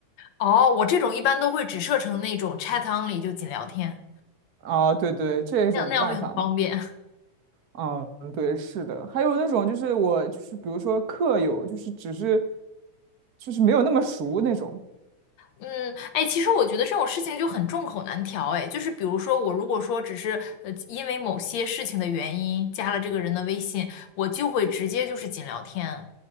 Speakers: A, on the left (about 65°); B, on the right (about 85°).
A: 哦，我这种一般都会只设成那种 chat only，就仅聊天，
B: <laughs> 啊，对对，这一种办法嘛
A: 那样那样会很方便。
B: 嗯，对，是的。还有那种就是我就是比如说客友，就是只是就是没有那么熟那种。
A: 嗯，哎，其实我觉得这种事情就很众口难调，哎，就是比如说我如果说只是呃因为某些事情的原因加了这个人的微信，我就会直接就是仅聊天，